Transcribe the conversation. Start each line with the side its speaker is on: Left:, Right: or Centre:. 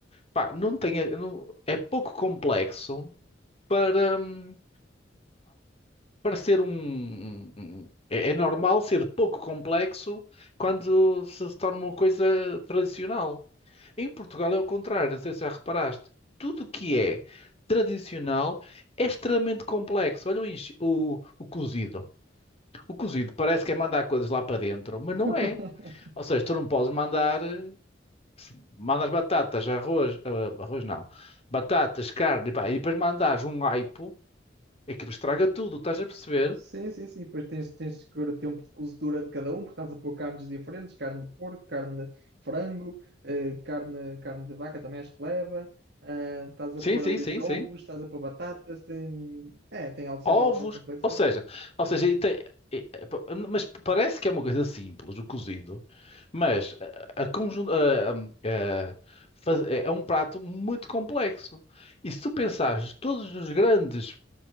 Left: Pá, não tem. a- não- é pouco complexo para. hum, parecer um, um- um- É é normal ser pouco complexo quando se torna uma coisa tradicional. Em Portugal é o contrário, não sei se já reparaste. Tudo o que é tradicional é extremamente complexo. Olha o, enche- o, o cozido. O cozido parece que é mandar coisas lá para dentro, mas não
Right: <laughs>
Left: é. Ou seja, tu não podes mandar... eh, Mandas batatas, arroz... ah, Arroz não. Batatas, carne, pá, e depois mandas um aipo, aquilo estraga tudo, estás a perceber?
Right: Sim, sim, sim. Depois tens, tens de ver o tempo de cozedura de cada um, porque estás a pôr carnes diferentes, carne de porco, carne de frango, eh, carne, carne de vaca também acho que leva. eh, estás a
Left: Sim,
Right: pôr
Left: sim,
Right: ali
Left: sim,
Right: couves,
Left: sim.
Right: estás a pôr batatas, tem, é, tem algo, sempre
Left: ovos,
Right: alguma complexidade.
Left: ou seja, ou seja, e tem- e- e- pa- mas parece que é uma coisa simples, o cozido, mas a, a conjun- a- a- a- faz- é é um prato muito complexo. E se tu pensares todos os grandes